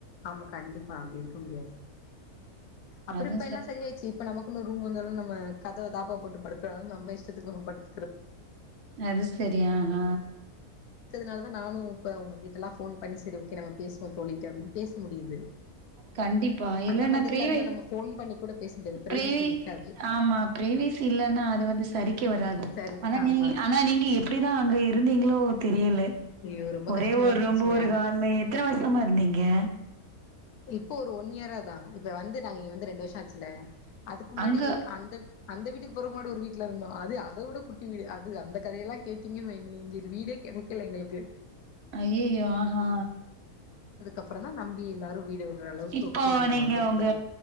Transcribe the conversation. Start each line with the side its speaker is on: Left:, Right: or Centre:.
Left: ஆமா கண்டிப்பா அப்டி இருக்க முடியாது அப்றோ
Right: அது
Left: இப்ப எல்லா செரிய ஆயிச்சு இப்ப நமக்குனு ரூம் வந்தா நம கதவ தாப்பா போட்டு படுக்கறும் நம்ம இஷ்டத்துக்கு படுக்க
Right: அது செரி ஹா ஹ
Left: னால தான் நானும் இப்ப உங்க கீட்ட எல்லா போன் பண்ணி செரி ஓகே நம்ம பேசுவோம் தோலிட்டு அப்டின்னு பேச முடியுது
Right: கண்டிப்பா இல்லன்னா
Left: அந்த மாதிரிலா
Right: பிரேவே
Left: இருந்தா நம்ம ஃபோன் பண்ணி கூட பேச முடியாது பிரைவசி
Right: ப்ரை
Left: இருக்காது
Right: ஆமா ப்ரைவசியில்லன்னா அது வந்து சரிக்கி வராது
Left: சரி
Right: ஆனா
Left: ஆமா
Right: நீ ஆனா நீங்க எப்டிதா அங்க இரு இருந்தீங்களோ தெரியல
Left: ஐயோ ரொம்ப
Right: ஒரே
Left: கஷ்டமா
Right: ஊரு
Left: இருந்துச்சுங்க
Right: ரொம்ப ஒரு காலமா எத்தன வருஷமா இருந்தீங்க <inaudible>
Left: இப்போ ஒரு ஒன் இயராதா இப்ப வந்து நாங்க இங்க வந்து ரெண்டு வருஷோ ஆச்சுல அதுக்கு முன்னாடி
Right: அங்க
Left: அந்த அந்த வீட்டுக்கு போற முன்னாடி ஒரு வீட்டுலயிருந்தோ அது அத விட குட்டி வீடு அது அந்த கதையெல்லா கேட்டீங்கன்னு வைங்களே இங்க ஒரு வீடே கெடைக்கல எங்களுக்கு
Right: அய்யய்யோ ஆஹ்ஹா
Left: அப்பறோதா நம்பி எல்லாரோம் வீடு விடுற அளவுக்கு
Right: இப்போ
Left: ஓகே நம்ம
Right: நீங்க
Left: வந்திருக்கோ
Right: உங்க